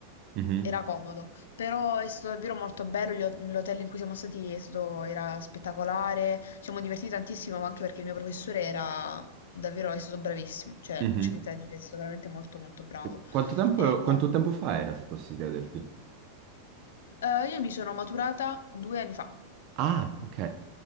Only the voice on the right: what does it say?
mhm,
mhm.
E Quanto tempo,
quanto tempo fa era, se posso chiederti?
Ah, ok,